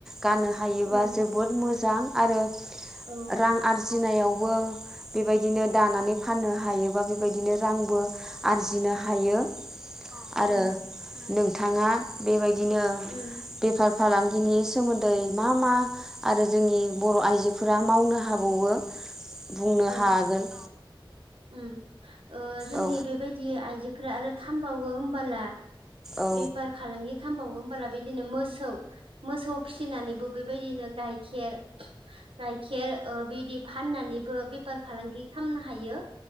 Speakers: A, in the centre; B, on the right.
A: गाननो हायोबा
B: उम
A: जोबोद मोजां आरो
B: औ उम औ
A: रां आरजिनायावबो बेबायदिनो दानानै फाननो हायोबा बेबायदिनो रांबो आरजिनो हा हायो आरो
B: उम
A: नोंथाङा बेबायदिनो
B: उम
A: बेफार फालांगिनि सोमोन्दै मा मा आरो जोंनि बर' आइजोफोरा मावनो हाबावो? बुंनो
B: औ
A: हागोन।
B: उम ओ जोंनि
A: औ
B: बेबायदि आइजोफोरा आरो खामबावो होमबाला
A: औ
B: बेफार फालांगि खालामबावो होमबालाय बिदिनो मोसौ मोसौ फिसिनानैबो बेबायदिनो गाइखेर गाइखेर ओ बिदि फाननानै बो‌ बेफार फालांगि खालामनो हायो